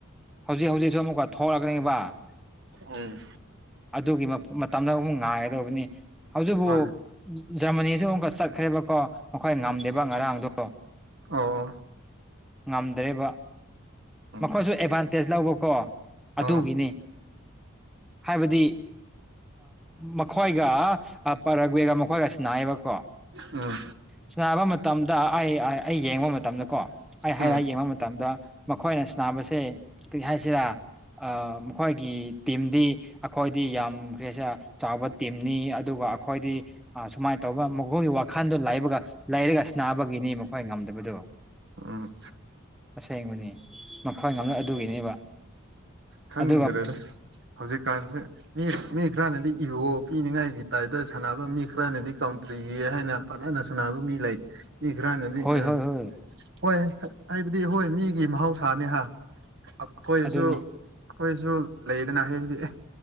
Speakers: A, in the centre; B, on the right (about 55°).
A: ꯍꯧꯖꯤꯛ ꯍꯧꯖꯤꯛꯁꯨ ꯑꯃꯨꯛꯀ ꯊꯣꯛꯂꯛꯀꯅꯤꯕ
B: ꯎꯝ
A: ꯑꯗꯨꯒꯤ ꯃꯇꯝꯗ ꯑꯃꯨꯛ ꯉꯥꯏꯒꯗꯧꯕꯅꯤ ꯍꯧꯖꯤꯛꯕꯨ
B: ꯍꯣꯏ
A: ꯖꯔꯃꯅꯤꯁꯨ ꯑꯃꯨꯛꯀ ꯆꯠꯈ꯭ꯔꯦꯕꯀꯣ ꯃꯈꯣꯏ ꯉꯝꯗꯦꯕ ꯉꯔꯥꯡꯗꯣ
B: ꯑꯣ
A: ꯉꯝꯗ꯭ꯔꯦꯕ
B: ꯎꯝ
A: ꯃꯈꯣꯏꯁꯨ ꯑꯦꯗꯚꯥꯟꯇꯦꯖ ꯂꯧꯕꯀꯣ
B: ꯑꯥ
A: ꯑꯗꯨꯒꯤꯅꯤ ꯍꯥꯏꯕꯗꯤ ꯃꯈꯣꯏ ꯔꯒꯋꯦꯒ ꯃꯈꯣꯏꯒ ꯁꯤꯟꯅꯌꯦꯕꯀꯣ
B: ꯎꯝ
A: ꯁꯤꯕ ꯃꯇꯝꯗ ꯗ ꯑꯩ ꯑꯩ ꯌꯦꯡꯕ ꯃꯇꯝꯗ ꯀꯣ ꯑꯩ
B: ꯎꯝ
A: ꯍꯥꯏꯔ ꯌꯦꯡꯕ ꯃꯇꯝꯗ ꯑꯩꯈꯣꯏꯅ ꯁꯅꯥꯕꯁꯦ ꯀꯔꯤ ꯍꯥꯏꯁꯤꯔꯥ ꯃꯈꯣꯏꯒꯤ ꯇꯤꯝꯗꯤ ꯑꯩꯈꯣꯏꯗꯤ ꯌꯥꯝꯦ ꯆꯥꯎꯕ ꯇꯤꯝꯅꯤ ꯑꯗꯨꯒ ꯑꯩꯈꯣꯏꯗꯤ ꯁꯨꯃꯥꯏꯅ ꯇꯧꯕ ꯃꯈꯣꯏꯒꯤ ꯋꯥꯈꯜꯗꯣꯕꯒ ꯂꯩꯔꯒ ꯅꯥꯕꯒꯤꯅꯤ ꯃꯈꯣꯏ ꯉꯝꯗꯕꯗꯣ
B: ꯎꯝ
A: ꯁꯦꯡꯕꯅꯦ ꯃꯈꯣꯏ ꯉꯝꯂ ꯑꯗꯨꯒꯤꯅꯦꯕ
B: ꯈꯪꯗ꯭ꯔꯦꯗ
A: ꯑꯗꯨꯒ
B: ꯍꯧꯖꯤꯛꯀꯥꯟꯁꯦ ꯃꯤ ꯃꯤ ꯈꯔꯅꯗꯤ ꯏꯒꯣ ꯄꯤꯅꯤꯡꯉꯥꯏꯒꯤ ꯇꯥꯏꯞꯇ ꯁꯥꯟꯅꯕ ꯃꯤ ꯈꯔꯅꯗꯤ ꯀꯥꯎꯟꯇ꯭ꯔꯤꯒꯤꯅꯤ ꯍꯥꯏꯅ ꯐꯅ ꯅ ꯁꯅꯕ ꯃꯤ ꯂꯩ ꯃꯤ ꯈ꯭ꯔꯅꯗꯤ
A: ꯍꯣꯏ
B: ꯎꯝ
A: ꯍꯣꯏ ꯍꯣꯏ
B: ꯍꯣꯏ ꯍꯥꯏꯕꯗꯤ ꯍꯣꯏ ꯃꯤꯒꯤ ꯃꯍꯧꯁꯥꯅꯦ ꯍꯥ ꯑꯩꯈꯣꯏꯁꯨ
A: ꯑꯗꯨꯅꯤ
B: ꯑꯩꯈꯣꯏꯁꯨ ꯂꯩꯗꯅ ꯍꯥꯏꯕꯗꯤ